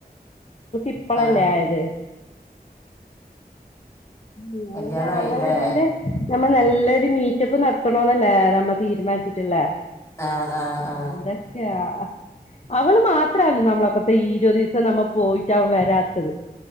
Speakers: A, on the left (about 40°); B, on the left (about 20°).
A: ഇപ്പളല്ലേ
B: ആ
A: ആയത് ഉം
B: കല്യാണ
A: അങ്ങനെ
B: ആയിലെ
A: അവളടേല് നമ്മ നല്ലെരു മീറ്റപ്പ് നടത്തണോന്നല്ലേ നമ്മൾ തീരുമാനിച്ചിട്ട്ള്ളേ
B: ആ ആ ആ
A: ആഹ് അതെക്കെയ അവള് മാത്രാണ് നമ്മളൊക്കത്തെഈ ഇരുപത് ദിവസം നമ്മൾ പോയിട്ടാ വരാത്തത്